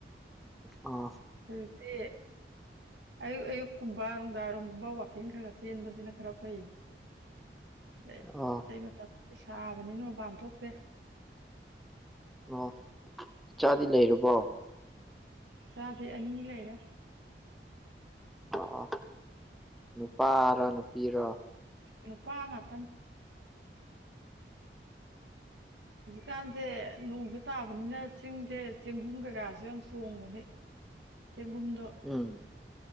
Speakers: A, in the centre; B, on the right.
A: ꯑꯣ
B: ꯍꯧꯖꯤꯛꯇꯤ ꯑꯌꯨꯛ ꯑꯌꯨꯛꯀꯨꯝꯕ ꯅꯨꯡꯗꯥꯡꯏꯔꯝꯒꯨꯝꯕ ꯋꯥꯛꯀꯤꯡ ꯈꯔ ꯈ ꯆꯦꯟꯕꯁꯤꯅ ꯈꯔ ꯊꯣꯛꯏ ꯑꯇꯩ
A: ꯑꯣ
B: ꯑꯇꯩ ꯃꯇꯝ ꯁꯥꯕꯅꯤꯅ ꯃꯄꯥꯟ ꯊꯣꯛꯇꯦ
A: ꯑꯣ ꯏꯆꯥꯗꯤ ꯂꯩꯔꯕꯣ
B: ꯏꯆꯥꯗꯤ ꯑꯅꯤ ꯂꯩꯔꯦ
A: ꯑꯣ ꯅꯨꯄꯥꯔ ꯅꯨꯄꯤꯔꯣ
B: ꯅꯨꯄꯥ ꯉꯥꯛꯇꯅꯤ ꯍꯧꯖꯤꯛꯀꯥꯟꯁꯦ ꯅꯣꯡꯁꯨ ꯇꯥꯕꯅꯤꯅ ꯆꯤꯡꯁꯦ ꯆꯦꯡꯒꯨꯝ ꯀꯩꯀꯥꯁꯨ ꯌꯥꯝ ꯆꯣꯡꯕꯅꯤ ꯆꯦꯡꯒꯨꯝꯗꯣ
A: ꯎꯝ